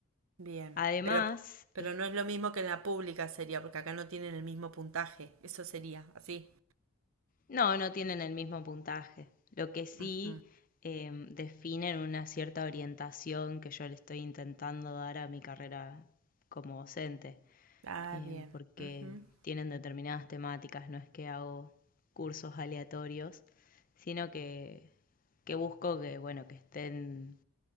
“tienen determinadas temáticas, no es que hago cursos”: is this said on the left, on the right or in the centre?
Left